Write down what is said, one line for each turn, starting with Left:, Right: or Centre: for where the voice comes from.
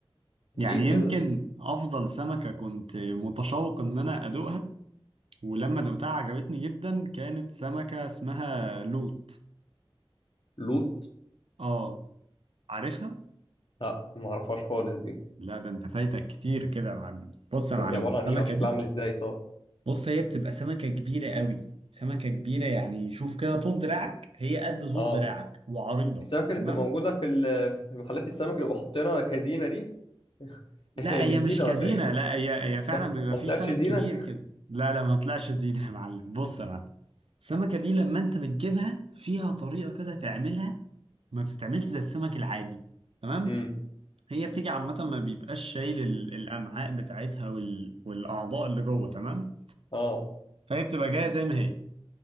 Left: ليه
Right: يعني
Left: كده
Right: يمكن افضل سمكة كنت متشوق ان انا ادوقها ولما دوقتها عجبتني جدا كانت سمكة اسمها لوت
Left: لوت
Right: اه عارفها
Left: لا ما اعرفهاش خالص دي
Right: لا ده انت فايتك كتير كده يا معلم بص يا
Left: طب
Right: معلم
Left: دي عباره
Right: السمكة
Left: عن ايه او شكلها
Right: دي
Left: عامل ازاي طب
Right: بص هي بتبقى سمكة كبيرة قوي سمكة كبيرة يعني شوف كده طول دراعك هي قد طول
Left: اه
Right: دراعك وعريضة
Left: دي السمكه اللي
Right: تمام
Left: بتبقى موجوده في ال- في محلات السمك اللي بيبقوا حاطينها كزينه دي <laughs>
Right: لا
Left: هي
Right: هي
Left: مش زينه
Right: مش كزينة
Left: ولا ايه
Right: لا هي هي فعلا بيبقى
Left: ما
Right: فيه
Left: طلعتش
Right: سمك
Left: زينه
Right: كبير كده لا لا ما طلعش زينة يا معلم بص يا معلم السمكة دي لما انت بتجيبها فيها طريقة كده تعملها ما بتتعملش زي السمك العادي تمام
Left: امم
Right: هي بتيجي عامة ما بيبقاش شايل ال- الأمعاء بتاعتها وال... والأعضاء اللي جوه تمام
Left: اه
Right: فهي بتبقى جاية زي ما هي